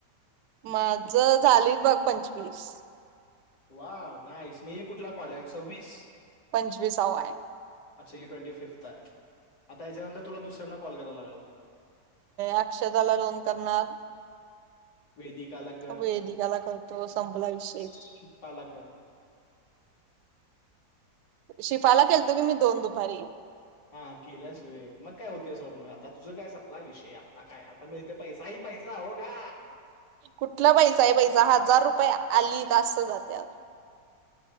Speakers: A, on the right (about 85°); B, on the left (about 85°).
A: माझं झाली बघ पंचवीस
B: वा नाहीस मी कुठला कॉलर सव्वीस
A: पंचवीसाव्वा आहे
B: अच्छा ही ट्वेंटी फिफ्थ आए आता ह्याच्यानंतर तुला दुसऱ्यांना कॉल कराय लागल.
A: अक्षदाला लोन करणार
B: वेदिकाला कर,
A: वेदिकाला करतो संपला विषेय
B: शिल्पाला कर.
A: शिफाला केलतं ग मी दोन दुपारी
B: हा केलंसय मग काय होते सोड मग आता तुझं काय सपला विषय आपला काय आता मिळते पैसा ही पैसा होगा
A: कुठला पैसा ए पैसा हाजार रुपये आली का आसं जात्याय